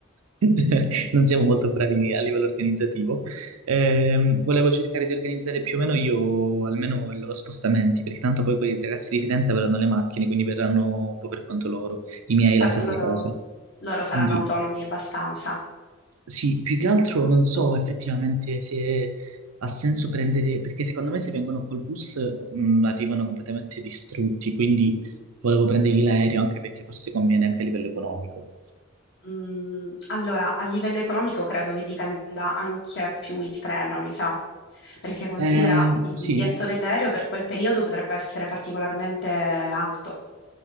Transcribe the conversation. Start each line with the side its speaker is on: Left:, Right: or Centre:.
Right: <laughs> non siamo molto bravi a livello organizzativo, ehm, volevo cercare di organizzare più o meno io almeno i loro spostamenti, perché tanto poi quei ragazzi di Firenze avranno le macchine, quindi verranno un po' per conto loro, i miei
Left: Certo,
Right: la stessa
Left: loro,
Right: cosa.
Left: loro saranno
Right: Quindi
Left: autonomi abbastanza.
Right: sì, più che altro non so effettivamente se ha senso prendere, perché secondo me se vengono col bus mh, arrivano completamente distrutti, quindi volevo prendergli l'aereo anche perché forse conviene anche a livello economico.
Left: Mm, allora, a livello economico credo che dipenda anche più il treno, mi sa, perché considera
Right: Eh,
Left: il
Right: sì,
Left: biglietto dell'aereo per quel periodo potrebbe essere particolarmente alto.